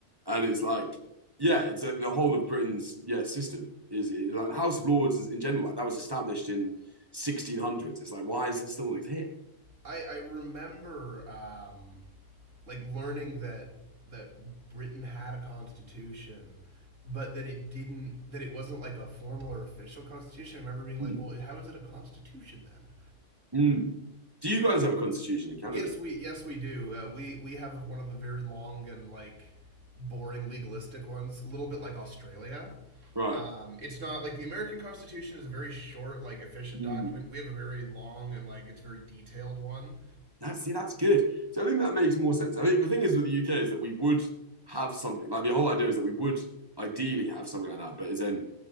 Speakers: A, on the right; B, on the right.
A: and it's like yeah, it's like the whole of Britain's yeah system is is like the House of Lords in general. Like that was established in 1600s. It's like why is it still here?
B: I I remember um, like learning that that Britain had a constitution, but that it didn't that it wasn't like a formal or official constitution. I remember being like,
A: Mm.
B: well, how is it a constitution then?
A: Mm. Do you guys have a constitution in Canada?
B: Yes, we yes we do. Uh, we we have one of the very long and like boring legalistic ones, a little bit like Australia.
A: Right.
B: Um, it's not like the American Constitution is a very short, like efficient
A: Mm.
B: document. We have a very long and like it's very detailed one.
A: That's see, that's good. So I think that makes more sense. I think the thing is with the UK is that we would have something like the whole idea is that we would ideally have something like that, but is then